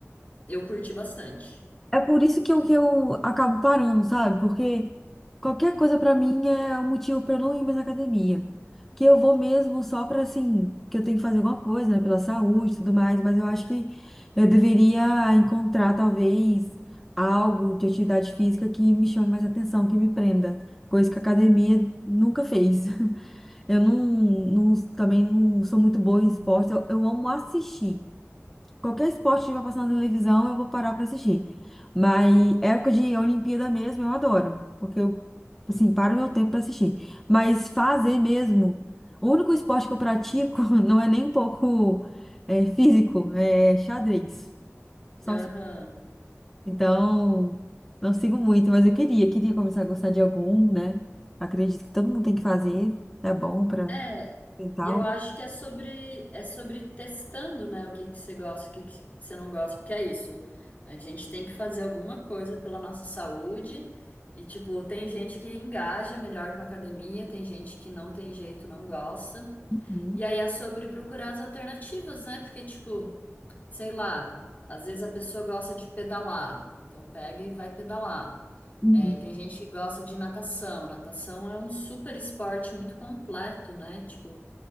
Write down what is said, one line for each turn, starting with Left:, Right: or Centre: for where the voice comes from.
Left: eu curti bastante.
Centre: É por isso que eu, que eu acabo parando, sabe? Porque qualquer coisa pra mim é um motivo pra eu não ir mais na academia. Que eu vou mesmo só pra, assim, que eu tenho que fazer alguma coisa, né? Pela saúde e tudo mais, mas eu acho que eu deveria encontrar, talvez, algo de atividade física que me chame mais atenção, que me prenda. Coisa que a academia nunca fez. <laughs> Eu não, não- também não sou muito boa em esporte, eu, eu amo assistir. Qualquer esporte que vai passar na televisão, eu vou parar pra assistir. Mas é época de Olimpíada mesmo, eu adoro. Porque eu, assim, paro meu tempo pra assistir. Mas fazer mesmo, o único esporte que eu pratico <laughs> não é nem um pouco é, físico, é xadrez. Só
Left: Aham.
Centre: se- Então, não sigo muito, mas eu queria, queria começar a gostar de algum, né? Acredito que todo mundo tem que fazer, é bom pra
Left: É,
Centre: mental.
Left: eu acho que é sobre é sobre testando, né, o que que você gosta, o que que você não gosta, porque é isso. A gente tem que fazer alguma coisa pela nossa saúde e tipo, tem gente que engaja melhor com a academia, tem gente que não tem jeito, não gosta.
Centre: Uhum.
Left: E aí é sobre procurar as alternativas, né? Porque tipo, sei lá, às vezes a pessoa gosta de pedalar, então pega e vai pedalar.
Centre: Uhum.
Left: É, tem gente que gosta de natação. Natação é um super esporte muito completo, né? Tipo,